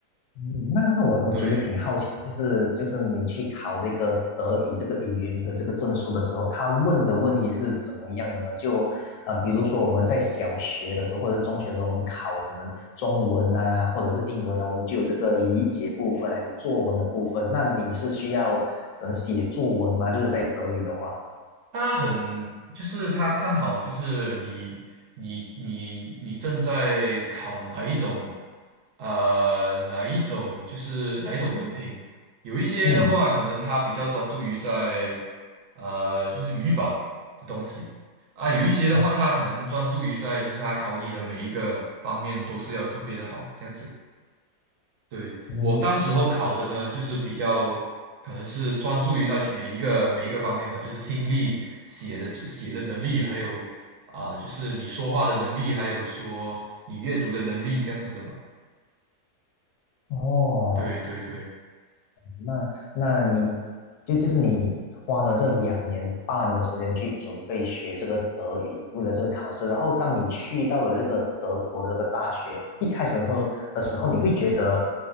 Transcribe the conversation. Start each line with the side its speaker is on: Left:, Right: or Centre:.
Left: 嗯那那我我其实挺好奇，
Right: 对。
Left: 就是就是你去考这个德语这个语言的这个证书的时候，他问的问题是怎么样的呢？就呃，比如说我们在小学的时候或者中学的时候，我们考可能中文啊或者是英文啊，我们就有这个理解部分还是作文的部分。那你是需要可能写作文吗？就是在德语的话，
Right: 他很，就是他看好，就是你，你，你，你正在考哪一种，呃，哪一种，就是哪一种文凭。有一些的话，
Left: 嗯，
Right: 可能他比较专注于在，呃，就是语法的东西啊。有一些的话，
Left: 哦，
Right: 他可能专注于在，就是他考你的每一个方面都是要特别的好，这样子。对，
Left: 嗯，
Right: 我当时候考的呢，就是比较可能是专注于到去每一个每一个方面吧，就是听力、写的写的能力，还有啊、就是你说话的能力，还有说你阅读的能力这样子的吧。
Left: 哦，
Right: 对对对，
Left: 那那你就就是你花了这两年半的时间去准备学这个德语，为了这个考试。然后当你去到了这个德国的这个大学，一开始后的时候，你会觉得